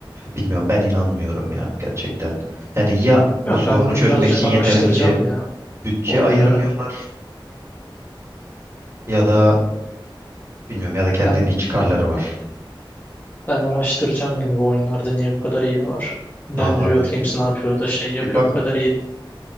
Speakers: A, on the right; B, on the left.
A: bilmiyorum ben inanmıyorum ya gerçekten yani ya bu
B: Bilmiyorum,
A: sorunu
B: ben bunu
A: çözmek
B: birazcık
A: için
B: araştıracağım
A: yeterince
B: ya
A: bütçe
B: oyunları.
A: ayırmıyorlar ya da bilmiyorum ya da kendi
B: Ben
A: bir çıkarları var
B: ben araştıracağım yani bu oyunlarda niye bu kadar hile var. Yani
A: Allah
B: Riot
A: bir,
B: Games
A: bir,
B: ne yapıyor da şey yapıyor
A: bir bak
B: bu kadar iyi.